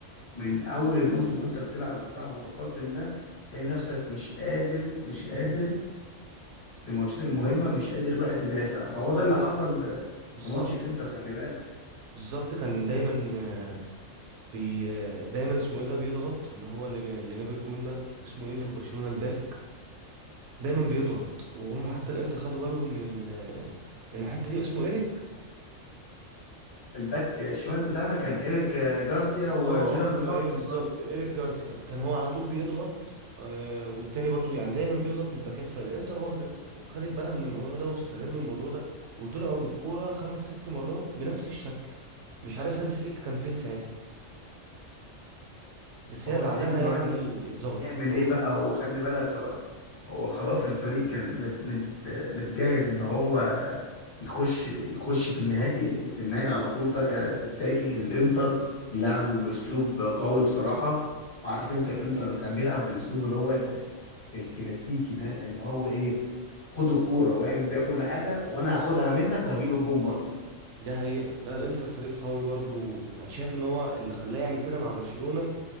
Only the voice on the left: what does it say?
من أول الموسم وأنت بتلعب دفاع متقدم ده تلاقي نفسك مش قادر مش قادر في الماتشات المهمة مش قادر بقى تدافع فهو ده
اللي حصل
في ماتش الإنتر خلي بالك
الباك الشمال بتاعنا كان إيريك جارسيا وجيرارد
مارتن
برضه
هو
يا عيني بقى
يعني
يعمل
ايه
بقى هو خلي بالك هو هو خلاص الفريق كان مت- مت- متجهز ان هو يخش يخش في النهائي في النهائي على طول فجأة اتفاجئ الانتر يلعبوا باسلوب قوي بصراحة وعارف انت الانتر كان بيلعب بالاسلوب اللي هو ال- الكلاسيكي ده اللي هو ايه خد الكورة واعمل بيها كل حاجة وانا هاخدها منك وهجيب الجون برضه